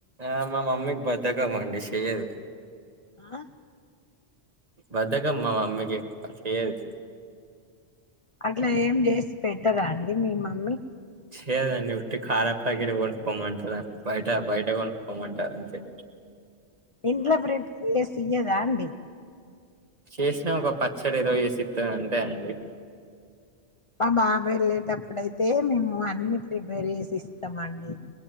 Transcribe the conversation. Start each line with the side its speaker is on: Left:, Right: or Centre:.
Right: ఆ మా మమ్మీకి బద్దకమండి చెయ్యదు
Left: ఆ
Right: బద్దకం మ మమ్మికి చేయది
Left: అట్లా ఏం చేసి పెట్టదా అండి మీ మమ్మీ
Right: చేయ్యదండి ఉట్టి కర ప్యాకెట్ కొనుక్కోమంటది అద్ బైట బైట కొనుక్కోమ్మంటాది అంతే
Left: ఇంట్లో ప్రిపేర్ చేసి ఇయ్యదా అండి
Right: చేసినా ఒక పచ్చడ ఏదో చేసిస్తది అంతే అండి
Left: ఆ బాబెళ్ళేటప్పుడైతే మేము అన్ని ప్రిపేర్ చేసి ఇస్తామండి